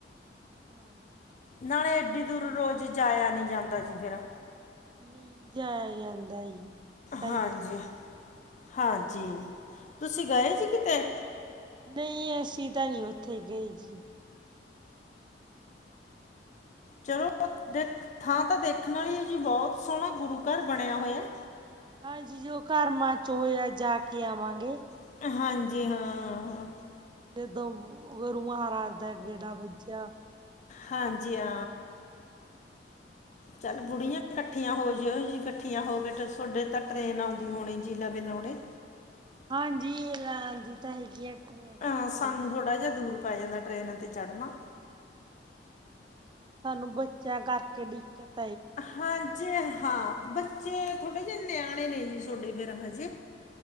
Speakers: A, on the right; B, on the left.
A: ਹਾਂਜੀ।
B: ਨਾਲੇ ਐੱਡੀ ਦੂਰ ਰੋਜ਼ ਜਾਇਆ ਨੀ ਜਾਂਦਾ ਜੀ ਫੇਰ।
A: ਨਈ ਜਾਏਆ ਜਾਂਦਾ ਜੀ। ਪਤਾ
B: ਹਾਂਜੀ
A: ਨੀ ਕਿਵੇਂ ਜਾਇਆ ਗਿਆ।
B: -ਹਾਂਜੀ, ਤੁਸੀਂ ਗਏ ਸੀ ਕਿਤੇ?
A: ਨਈ ਅਸੀਂ ਤਾਂ ਨੀ ਓਥੇ ਗਏ ਜੀ।
B: ਚਲੋ, ਦੇਖ ਥਾਂ ਤਾਂ ਦੇਖਣ ਵਾਲੀ ਆ ਜੀ ਬੋਤ ਸੋਹਣਾ ਗੁਰੂ ਘਰ ਬਣੇਆ ਹੋਏਆ।
A: ਹਾਂਜੀ ਜੋ ਕਰਮਾ 'ਚ ਹੋਇਆ ਜਾ ਕੇ ਆਵਾਂਗੇ।
B: ਹਾਂਜੀ ਹਾਂ ਹਾਂ।
A: ਜਦੋਂ ਗੁਰੂ ਮਹਾਰਾਜ ਦਾ ਗੇੜਾ ਵੱਜਾ।
B: ਹਾਂਜੀ ਆ ਚੱਲ ਬੁੜੀਆਂ ਇਕੱਠੀਆਂ ਹੋ ਜਿਓ ਜੀ ਇਕੱਠੀਆਂ ਹੋ ਕੇ ਥੋਡੇ ਤਾਂ ਟਰੇਨ ਆਉਂਦੀ ਹੋਣੀ ਜੀ ਲਵੇ ਲਾਉਣੇ।
A: ਹਾਂਜੀ ਆਂਦੀ ਤਾਂ ਹੈਗੀ ਆ ਟ੍ਰੇਨ
B: ਆਂ
A: ਤਾਂ
B: ਸਾਨੂੰ ਥੋੜ੍ਹਾ ਜੇਹਾ ਦੂਰ ਪੈ ਜਾਂਦਾ ਟਰੇਨਾ 'ਤੇ ਚੜ੍ਹਨਾ।
A: ਸਾਨੂੰ ਬੱਚਿਆਂ ਕਰਕੇ ਡਿਕੱਤ
B: ਹਾਂਜੀ ਹਾਂ ਬੱਚੇ ਥੋੜੇ ਜੇ ਨਿਆਣੇ ਨੇ ਜੀ ਥੋਡੇ ਦੇਰ ਹਜੇ